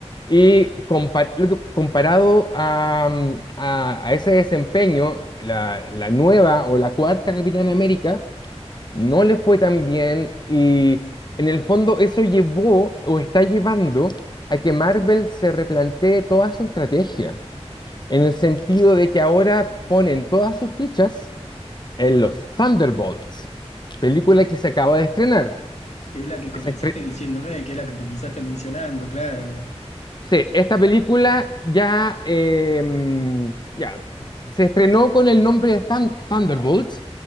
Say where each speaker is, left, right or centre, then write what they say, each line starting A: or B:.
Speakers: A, on the left; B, on the left.
A: y compa- lo que- comparado a, mm, a- a ese desempeño, la, la nueva o la cuarta Capitán América no le fue tan bien y en el fondo eso llevó o está llevando a que Marvel se replantee toda su estrategia, en el sentido de que ahora ponen todas sus fichas en los Thunderbolts, película que se acaba de estrenar.
B: Y es la que comenzaste
A: Es estre-
B: diciéndome, que es la que comenzaste mencionando, claro.
A: sí, esta película ya, eh, ya se estrenó con el nombre de Thun- Thunderbolts,